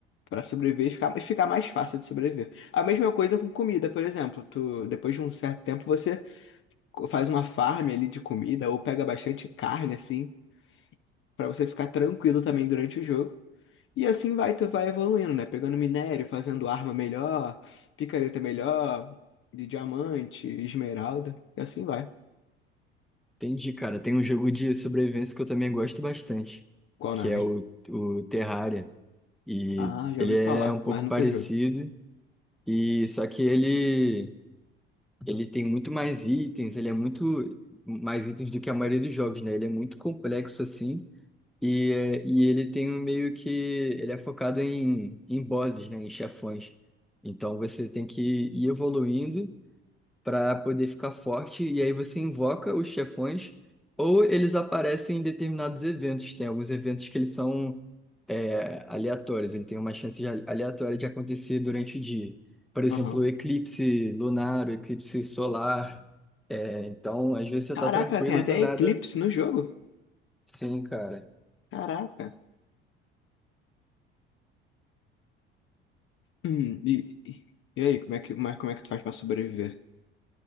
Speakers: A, on the left (about 40°); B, in the centre.
A: para sobreviver e ficar, e ficar mais fácil de sobreviver. A mesma coisa com comida, por exemplo, tu depois de um certo tempo você faz uma farm ali de comida ou pega bastante carne assim, para você ficar tranquilo também durante o jogo. E assim vai, tu vai evoluindo, né? Pegando minério, fazendo arma melhor, picareta melhor, de diamante, esmeralda, e assim vai.
B: Entendi, cara. Tem um jogo de sobrevivência que eu também gosto bastante,
A: Qual o
B: que
A: nome?
B: é o, o Terraria. E
A: Ah, já
B: ele
A: ouvi
B: é
A: falar,
B: um pouco
A: mas nunca
B: parecido,
A: jogo.
B: e só que ele, ele tem muito mais itens, ele é muito mais itens do que a maioria dos jogos, né? Ele é muito complexo, assim. E, é, e ele tem um meio que. Ele é focado em, em bosses, né? Em chefões. Então você tem que ir evoluindo para poder ficar forte. E aí você invoca os chefões, ou eles aparecem em determinados eventos. Tem alguns eventos que eles são é, aleatórios, ele tem uma chance de ale- aleatória de acontecer durante o dia. Por exemplo,
A: Aham.
B: o eclipse lunar, o eclipse solar. É, então, às vezes você
A: Caraca,
B: tá tranquilo
A: tem até
B: do nada.
A: eclipse no jogo.
B: Sim, cara.
A: Caraca. Hum, e, e e aí, como é que, mas como é que tu faz pra sobreviver?